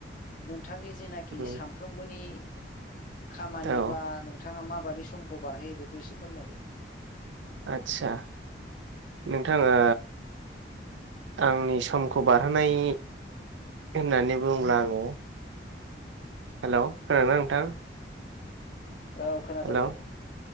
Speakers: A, on the left; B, on the right.
A: नोंथांनि जेनाखि
B: उम
A: सानफ्रोमबोनि खामानि
B: औ
A: बा नोंथाङा माबादि समखौ बारहोयो बेखौ एसे फोरमायदो।
B: आदसा नोंथा ओ। आंनि समखौ बारहोनाय होननानै बुङोब्ला आङो हेलव खोनादों ना नोंथां
A: औ खोनादों
B: हेलौ
A: दे बुं